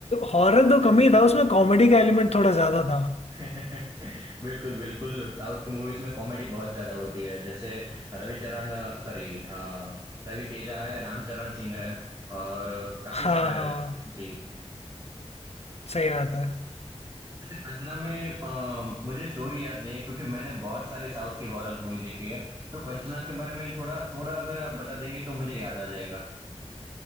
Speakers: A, on the left; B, on the right.
A: हॉरर तो कम ही था उसमें कॉमेडी का एलिमेंट थोड़ा ज्यादा था
B: <laughs> बिल्कुल बिल्कुल साउथ की मूवीज में कॉमेडी बहुत ज्यादा होती है जैसे रविचरण सॉरी रवि तेजा है रामचरण सिंह है और काफी
A: हाँ
B: सारे
A: हाँ
B: हैं जी
A: सही बात है
B: वैसे कंचना में अ, मुझे स्टोरी याद नहीं है क्योंकि मैंने बहुत सारे साउथ की हॉरर मूवी देखी है तो कंचना के बारे में थोड़ा थोड़ा अगर आप बता देंगे तो मुझे याद आ जाएगा